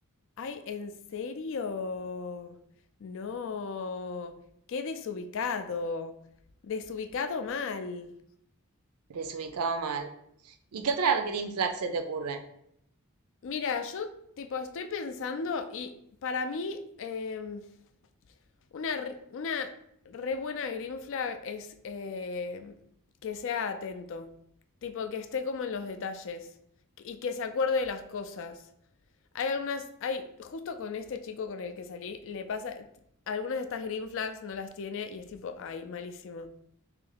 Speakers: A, on the left (about 60°); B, on the right (about 85°).
A: Ay, ¿en serio? No, qué desubicado, desubicado mal.
B: desubicado mal. ¿Y qué otra green flag se te ocurre?
A: Mira, yo tipo estoy pensando y para mí em, una, re- una re buena green flag es em, que sea atento, tipo que esté como en los detalles y que se acuerde de las cosas. Hay algunas, hay, justo con este chico con el que salí, le pasa, algunas de estas green flags no las tiene y es tipo, ay, malísimo.